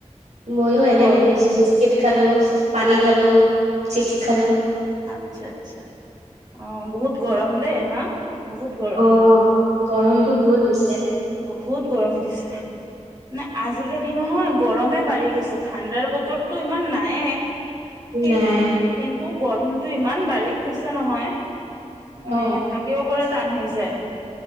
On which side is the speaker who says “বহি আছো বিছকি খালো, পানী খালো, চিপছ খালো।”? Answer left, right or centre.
Right